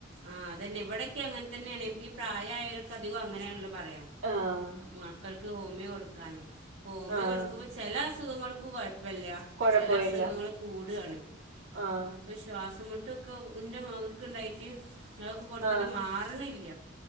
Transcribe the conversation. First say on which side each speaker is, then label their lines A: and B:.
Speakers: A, on the right; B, on the right.
A: ആഹ് അതന്നെ ഇവടൊക്കെ അങ്ങൻ തന്നെയാണ് ഈ പ്രായായോലൊക്കെ അധികം അങ്ങനെയാണല്ലോ പറയ
B: ആഹ്
A: മക്കൾക്ക് ഹോമിയോ കൊടുക്കാന് അപ്പം ഹോമിയോ
B: ആഹ്
A: കൊടുക്കുമ്പം ചെല അസുഖങ്ങൾക്ക് കൊഴപ്പല്ല
B: കൊഴപ്പമില്ല
A: ചെല അസുഖങ്ങൾ കൂടാണ്
B: ആഹ്
A: പക്ഷെ ശ്വാസംമുട്ടൊക്കെ ഇൻ്റെ മകക്ക് ഇണ്ടായിട്ട് അതൊക്കെ കൊട്ത്തിട്ട്
B: ആഹ്
A: മാറ്ണില്ല